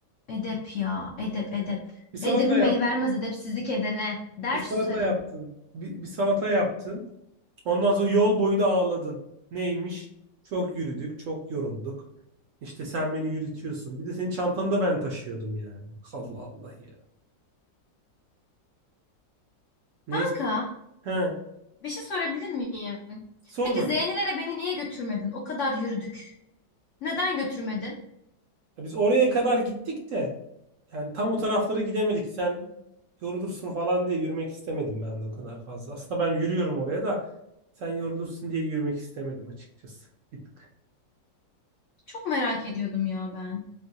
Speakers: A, on the left; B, on the right.
A: Edep ya. Edep, edep.
B: Bir salata
A: Edebim
B: yap.
A: el vermez edepsizlik edene. Der
B: Bir
A: susarım.
B: salata yaptın. Bir, bir salata yaptın. Ondan sonra yol boyu da ağladın. Neymiş? Çok yürüdük, çok yorulduk. İşte sen beni yürütüyorsun. Bir de senin çantanı da ben taşıyordum yani. <laughs> Allah Allah ya. Neyse.
A: Kanka,
B: He.
A: bir şey sorabilir miyim?
B: Sor
A: Peki
B: bakalım.
A: Zeynelere beni niye götürmedin? O kadar yürüdük. Neden götürmedin?
B: Ya Biz oraya kadar gittik de yani tam o taraflara gidemedik. Sen yorulursun falan diye yürümek istemedim ben de o kadar fazla. Aslında ben yürüyorum oraya da sen yorulursun diye yürümek istemedim açıkçası. Bir tık.
A: Çok merak ediyordum ya ben.